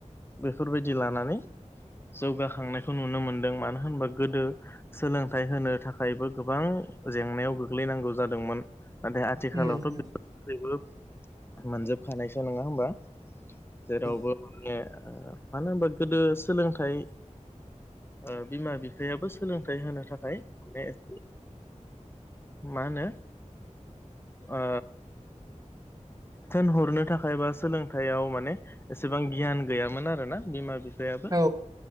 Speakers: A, on the left; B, on the right.
A: बेफोरबायदि दि लानानै जौगाखांनायखौ नुनो मोनदों मानो होनबा गोदो सोलोंथाइ होनो थाखायबो गोबां जेंनायाव गोग्लैनांगौ जादोंमोन। नाथाय आथिखालावथ'
B: उम
A: बे
B: उम औ
A: जेबो मोनजोबखानायसो नङा होमबा? जेरावबो
B: उम
A: माने ओ मानो होनबा गोदो सोलोंथाइ ओ बिमा बिफायाबो सो सोलोंथाइ होनो थाखाय <unintelligible> मा होनो ओ थोनहरनो थाखायबा सोलोंथाइयाव माने एसेबां गियान गैयामोन आरोना बिमा -बिफ फायाबो
B: उम औ उम औ उम